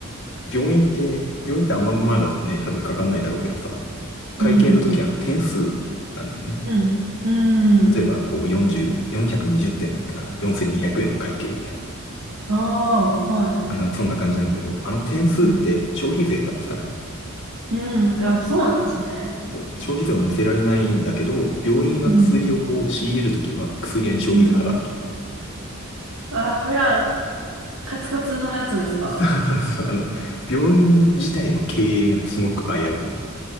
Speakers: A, on the left; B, on the right.
A: 病院って、病院ってあんままだね、多分かかんないだろうけどさ、会計の時あの点数
B: うん。
A: なんだよね。
B: うん。うん。
A: 例えばこう40、420点だったら4200円の会計みたいな。
B: ああ、はい。
A: あんな、そんな感じなんだけど、あの点数って消費税がつかないんだよ。
B: うん。うん。あ、そうなんですね。
A: そう消費税を乗せられないんだけど、病院が薬をこう仕入れるときは薬屋に消費税払わなきゃいけない。
B: うん。うん。ああ、これはカツカツのやつですか
A: そうそうそう。あの、病院自体の経営がすごく危うい。